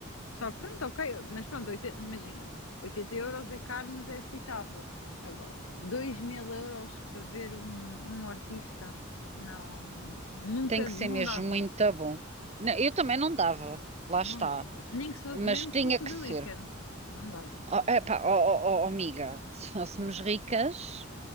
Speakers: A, on the left; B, on the right.
A: Só que pronto, ok, mas pronto, 80 imagina, 80 euros é caro, mas é aceitável. Agora, dois mil euros para ver um, um artista, não, não, nunca,
B: Tem que
A: não
B: ser mesmo
A: dava,
B: muito bom. Não, eu também não dava, lá
A: não
B: está,
A: dava. Nem que se fosse,
B: mas
A: mesmo
B: tinha
A: que fosse
B: que
A: o The
B: ser.
A: Weeknd, não dava.
B: Oh, epá, oh, oh, oh, oh, amiga, se fôssemos
A: Hum.
B: ricas.